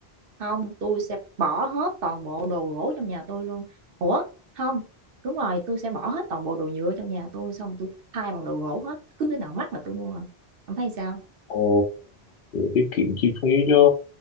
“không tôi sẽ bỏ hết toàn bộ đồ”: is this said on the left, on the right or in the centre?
Right